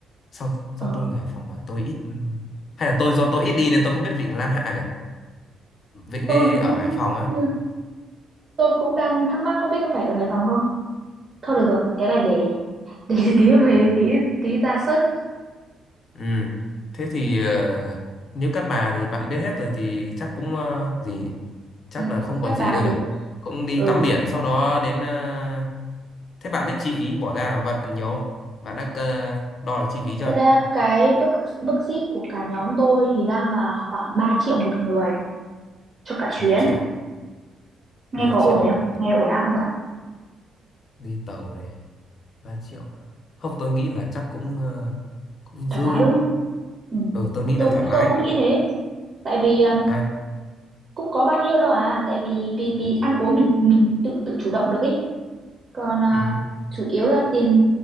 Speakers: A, on the left; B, on the right.
A: sao sao
B: Ờ,
A: tôi người Hải Phòng mà tôi ít hay là tôi do tôi ít đi nên tôi không biết Vịnh Lan Hạ nhỉ Vịnh
B: tôi
A: đấy
B: cũng
A: ở Hải Phòng á
B: chưa- tôi cũng đang thắc mắc không biết có phải ở Hải Phòng không? Thôi được rồi, cái này để để <laughs> tí về
A: Ừ.
B: tí tí ra search
A: Ừ. Thế thì ờ, nếu các bà thì bạn biết hết rồi thì chắc cũng ờ, gì chắc
B: ừ,
A: là không còn
B: các
A: gì
B: bà
A: đâu
B: thì
A: nhỉ cũng đi
B: ừ
A: tắm biển sau đó đến ờ, thế bạn biết chi phí bỏ ra bạn nhiều không bạn đã ờ, đo được chi phí chưa
B: thế ra cái budget budget của cả nhóm tôi thì đang là khoảng 3 triệu một người cho cả chuyến.
A: ba triệu
B: Nghe
A: ba
B: có ổn
A: triệu
B: không?
A: à? Để
B: Nghe ổn áp không bạn?
A: đi tàu này 3 triệu à? không tôi nghĩ là chắc cũng ờ, cũng dư
B: Thoải mái đúng không? Ừ.
A: ừ tôi nghĩ
B: Tôi
A: là thoải mái
B: tôi cũng nghĩ thế, tại vì à,
A: ba
B: cũng có bao nhiêu đâu à, tại vì vì
A: ừ.
B: vì ăn uống mình mình tự tự chủ động được ấy. Còn à,
A: Ừ.
B: chủ yếu là tiền